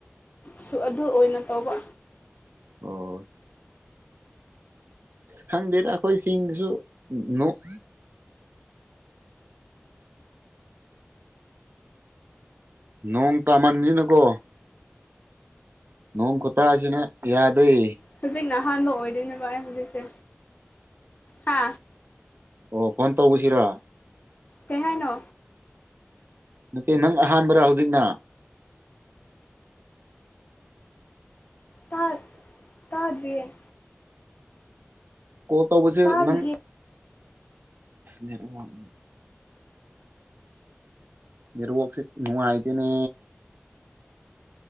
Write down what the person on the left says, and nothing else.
ꯁꯨ ꯑꯗꯨ ꯑꯣꯏꯅ ꯇꯧꯕ
ꯍꯧꯖꯤꯛ ꯅ ꯑꯍꯥꯟꯕ ꯑꯣꯏꯗꯣꯏꯅꯦꯕ ꯑꯩ ꯍꯧꯖꯤꯛꯁꯦ ꯍꯥ
ꯀꯩ ꯍꯥꯏꯅꯣ
ꯇꯥ ꯇꯥꯗꯦꯌꯦ
ꯇꯥꯗꯤꯌꯦ